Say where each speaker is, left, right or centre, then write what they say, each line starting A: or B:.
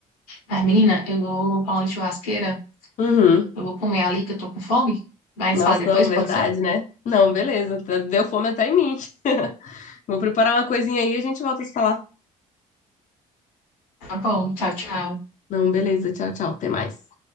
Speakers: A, on the left; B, on the left.
A: Mas, menina, eu vou falando de churrasqueira,
B: Uhum.
A: eu vou comer ali que eu tô com fome. Mas
B: Nossa,
A: fala depois,
B: verdade,
A: pode ser?
B: né? Não, beleza. tá- Deu fome até em mim. <laughs> Vou preparar uma coisinha aí e a gente volta a se falar.
A: Tá bom, tchau, tchau.
B: Não, beleza. Tchau, tchau. Até mais.